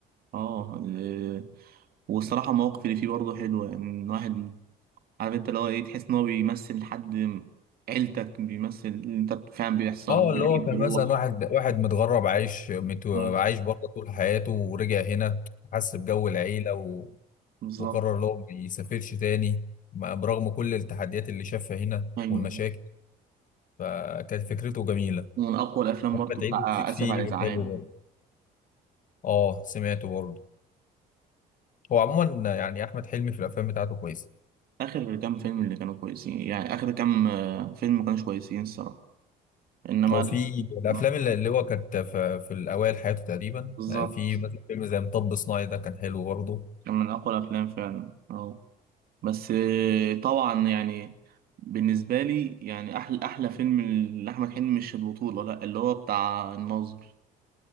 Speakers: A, on the right; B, on the left.
A: اه ال- والصراحة المواقف اللي فيه برضه حلوة يعني الواحد عارف انت اللي هو ايه تحس ان هو بيمثل حد عيلتك بيمثل اللي انت فعلا بيحصل
B: اه
A: وفي
B: اللي
A: العيد
B: هو كان
A: بيروح
B: مثلا واحد واحد متغرب عايش مت...
A: آه.
B: عايش بره طول حياته ورجع هنا حس بجو العيلة و...
A: بالظبط
B: وقرر اللي هو ما يسافرش تاني مع- برغم كل التحديات اللي شافها هنا
A: ايوه
B: والمشاكل فكانت فكرته جميلة
A: ومن اقوى الافلام
B: ممكن
A: برضه
B: تعيد
A: بتاع
B: وتزيد
A: اسف
B: فيه
A: على الازعاج
B: حلو برضه اه سمعته برضه هو عموما يعني أحمد حلمي في الأفلام بتاعته كويسة
A: اخر كام فيلم اللي كانوا كويسين يعني اخر كام آه، فيلم ما كانوش كويسين الصراحه انما
B: هو
A: ال-
B: في الأفلام
A: <laughs>
B: اللي اللي هو كانت في, في الأوائل حياته تقريبا
A: بالظبط
B: يعني في مثلا فيلم زي مطب صناعي ده كان حلو برضه
A: كان من اقوى الافلام فعلا اه بس آه، طبعا يعني بالنسبه لي يعني احلى احلى فيلم لاحمد حلمي مش البطوله لا اللي هو بتاع الناظر